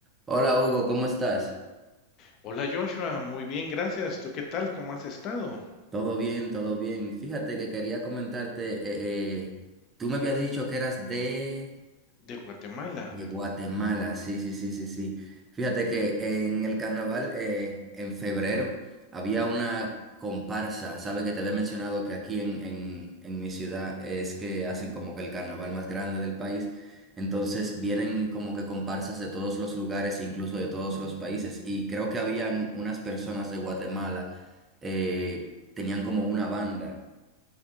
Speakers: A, on the right; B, on the left.
A: Hola Hugo, ¿cómo estás?
B: Hola Joshua, muy bien, gracias. ¿Tú qué tal? ¿Cómo has estado?
A: Todo bien, todo bien. Fíjate que quería comentarte, eh, eh, tú me habías dicho que eras de
B: De Guatemala.
A: Y
B: de-
A: Guatemala, sí, sí, sí, sí, sí. Fíjate que en el carnaval, eh, en febrero, había una comparsa. Sabes que te había mencionado que aquí en, en, en mi ciudad es que hacen como que el carnaval más grande del país. Entonces vienen como que comparsas de todos los lugares, e incluso de todos los países. Y creo que habían unas personas de Guatemala, eh, tenían como una banda.